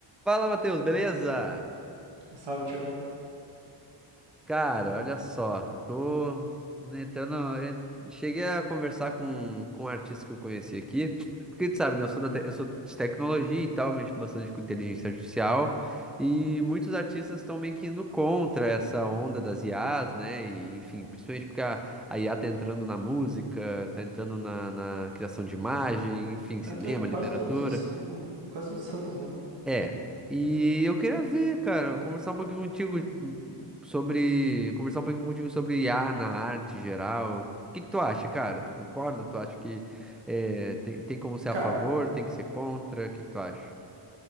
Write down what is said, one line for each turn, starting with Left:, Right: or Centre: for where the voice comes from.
Centre: Fala, Matheus, beleza?
Right: Salve, Tiagão.
Centre: Cara, olha só, tô entrando. en- Cheguei a conversar com, com um artista que eu conheci aqui, porque tu sabe, né? Eu sou,
Right: Uhum.
Centre: da te- eu sou de tecnologia e tal, mexo bastante com inteligência artificial, e muitos artistas estão meio que indo contra essa onda das IAs, né? E, enfim, principalmente porque a, a IA tá entrando na música, tá entrando na, na criação de imagem, enfim, cinema,
Right: Tá entrando em quase
Centre: literatura.
Right: todos os rumos, quase todos os ramos, né, mano?
Centre: É. E eu queria ver, cara, conversar um pouquinho contigo sobre, conversar um pouquinho contigo sobre I a na arte geral. O que que tu acha, cara? Tu concorda? Tu acha que é, tem, tem como ser
Right: Cara,
Centre: a favor, tem que ser contra? O que que tu acha?